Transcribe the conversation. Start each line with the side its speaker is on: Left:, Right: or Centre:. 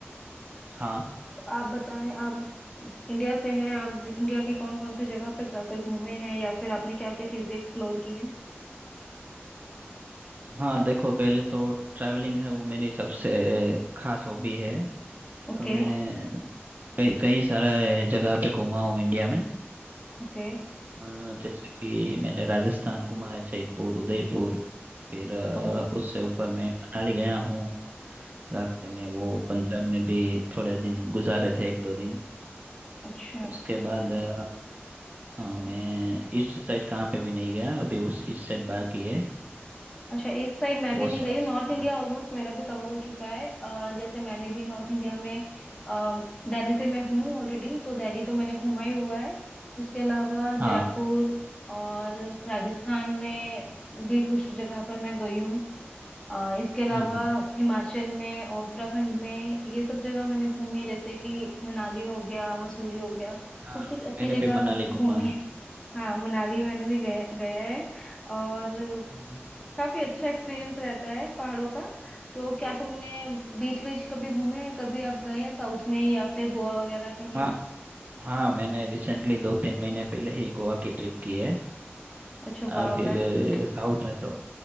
Right: हाँ
Left: तो आप बताएं आप इंडिया से हैं आप इंडिया के कौन कौन से जगह पर जाकर घूमे हैं या फिर आपने क्या क्या चीजें एक्सप्लोर की हैं
Right: हाँ देखो पहले तो ट्रैवलिंग है वो मेरी सबसे खास हॉबी है
Left: ओके
Right: तो मैं कई कई सारे जगह पे घूमा हूँ इंडिया में
Left: ओके
Right: अ, जैसे कि मैंने राजस्थान घूमा है जयपुर उदयपुर फिर अ,
Left: ओ
Right: उससे ऊपर मैं मनाली गया हूँ रास्ते में वो पंजाब में भी थोड़े दिन गुजारे थे एक दो दिन
Left: अच्छा
Right: उसके बाद अ, हाँ मैं ईस्ट साइड कहाँ पे भी नहीं गया अभी उस ईस्ट साइड बाकी है
Left: अच्छा इस साइड मैं
Right: वो
Left: भी नहीं
Right: सेवन
Left: गई हूँ नॉर्थ
Right: सिस्टर
Left: इंडिया ऑलमोस्ट मेरा भी कवर हो चुका है अ, जैसे मैंने भी नॉर्थ इंडिया में अ, दिल्ली से मैं हूँ ऑलरेडी तो दिल्ली तो मैंने घूमा ही हुआ है उसके अलावा
Right: हाँ
Left: जयपुर और राजस्थान में भी कुछ जगह पर मैं गई हूँ अ, इसके अलावा
Right: हम्म हम्म,
Left: हिमाचल में और उत्तराखंड में ये सब जगह मैंने घूमी है जैसे कि मनाली हो गया मसूरी हो गया
Right: हाँ
Left: कुछ कुछ अच्छी
Right: मैंने
Left: जगह
Right: भी मनाली
Left: घूमी
Right: घूमा है
Left: हाँ मनाली मैंने भी गया गया है और
Right: हम्म,
Left: काफी अच्छा एक्सपीरियंस रहता है पहाड़ों का तो क्या तुमने बीच बीच कभी घूमे कभी आप गए हैं साउथ में या फिर गोवा वगैरह कहीं
Right: हाँ हाँ मैंने रिसेंटली दो तीन महीने पहले ही गोवा की ट्रिप की है
Left: अच्छा
Right: आ,
Left: वाह
Right: फिर
Left: दैट्स गुड
Right: अ, साउथ में तो